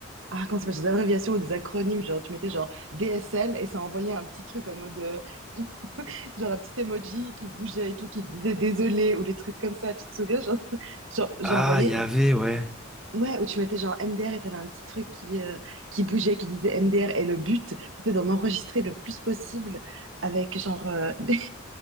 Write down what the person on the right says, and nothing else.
Ah, comment ça s'appelle, des abréviations ou des acronymes, genre tu mettais genre DSL et ça envoyait un petit truc en mode, euh, <laughs> genre un petit emoji qui bougeait et tout, qui disait désolé ou des trucs comme ça, tu te souviens, genre, <laughs> genre j'ai
envoyé
Ouais, où tu mettais genre MDR et t'avais un petit truc qui, euh, qui bougeait, qui disait MDR. Et le but, c'était d'en enregistrer le plus possible avec genre euh, <laughs> des,